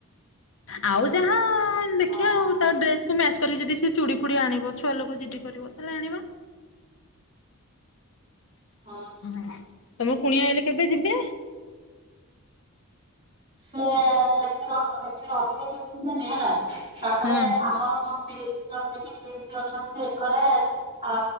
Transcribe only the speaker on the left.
ଆଉ ଯାହା ହଁ ଦେଖିବା
ଆଉ ତା ଡ୍ରେସକୁ ମ୍ୟାଚ କରିକ ଯଦି ଚୁଡ଼ି ଫୁଡି ଆଣିବ ଛୁଆ ଲୋକ ଯିଦି କରିବ ତାହେଲେ ଆଣିବା।
ହଁ ତମର କୁଣିଆ ଆଇଲେ କି? କେବେ ଯିବେ?
ହଁ